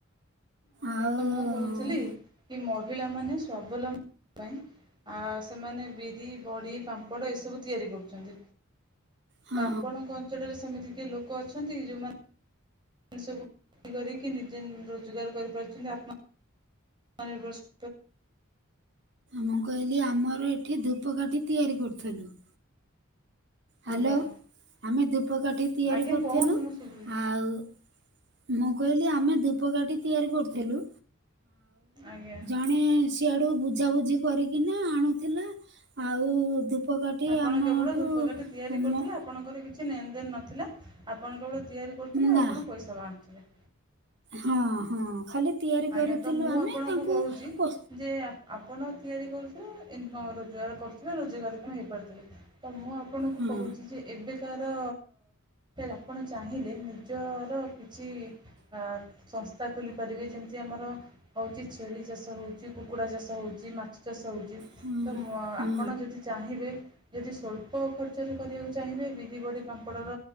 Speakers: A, on the right (about 20°); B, on the right (about 60°).
A: ଆଜ୍ଞା!
B: ଆଉ
A: ତ ମୁଁ କହୁଥିଲି। କି ମହିଳାମାନେ ସ୍ୱାବଲମ୍ୱି ପାଇଁ ଆ ସେମାନେ ବିରି, ବଡ଼ି, ପାମ୍ପଡ଼, ଏସବୁ ତିଆରି କରୁଛନ୍ତି।
B: ହଁ
A: ତ ଆପଣଙ୍କ ଅଞ୍ଚଳରେ ସେମିତି କିଏ ଲୋକ ଅଛନ୍ତି କି ଯୋଉମାନେ ଏଇ ସବୁ କରିକି ନିଜେ ରୋଜଗାର କରିପାରୁଛନ୍ତି। ଆପଣ ଅନର ବର୍ଷ <inaudible>
B: ମୁଁ କହିଲି ଆମର ଏଠି ଧୂପକାଠି ତିଆରି କରୁଥିଲୁ। ହ୍ୟାଲୋ!
A: ଆଜ୍ଞା
B: ଆମେ ଧୂପକାଠି ତିଆରି
A: ଆଜ୍ଞା
B: କରିୁଥିଲୁ।
A: କୁହନ୍ତୁ ମୁଁ ଶୁଭୁଛି
B: ଆଉ ମୁଁ କହିଲି ଆମେ ଧୂପକାଠି ତିଆରି କରୁଥିଲୁ।
A: ଆଜ୍ଞା।
B: ଜଣେ ସିଆଡୁ ବୁଝାବୁଝି କରିକିନା ଆଣୁଥିଲା। ଆଉ ଧୂପ ଧୂପ କାଠି
A: ଆପଣ
B: ଆମଠୁ
A: କେବଳ ଧୂପକାଠି ତିଆରି
B: ଆ
A: କରୁଥିଲେ ଆପଣଙ୍କର କିଛି ନେନଦେନ୍ ନ ନଥିଲା ଆପଣ କେବଳ ତିଆରି କରୁଥିଲେ। ଆଉ
B: ନା
A: ଆପଣ ପଇସା ଆଣୁଥିଲେ।
B: ହଁ, ହଁ ଖାଲି ତିଆରି
A: ଆଜ୍ଞା!
B: କରୁଥିଲୁ
A: ତ ମୁଁ
B: ଆମେ
A: ଆପଣଙ୍କୁ
B: ତାଙ୍କୁ
A: କହୁଛି
B: ଓ
A: ଯେ ଆପଣ ତିଆରି କରୁଥିଲେ ଇନକମ୍ ରୋଜଗାର କରୁଥିଲେ। ରୋଜଗାର କ୍ଷମ ହେଇପାରୁଥିଲେ। ତ ମୁଁ ଆପଣ ଆପଣଙ୍କୁ
B: ହଁ
A: କହୁଛି ଯେ, ଏବେକାର ଆପଣ ଚାହିଁଲେ ନିଜର କିଛି ବା ସସ୍ଥା ଖୋଲି ପାରିବେ। ଯେମତି, ଯେ ଆମର ହଉଛି ଛେଳି ଚାଷ ହଉଛି, କୁକୁଡ଼ା ଚାଷ ହଉଛି, ମାଛ ଚାଷ ହଉଛି।
B: ହଁ
A: ତ ମ
B: ହଁ
A: ଆପଣ ଯଦି ଚାହିଁବେ। ଯଦି ସ୍ୱଳ୍ପ ଖର୍ଚ୍ଚରେ କରିବାକୁ ଚାହିଁବେ ବିରି ବଡ଼ି ପାମ୍ପଡ଼ର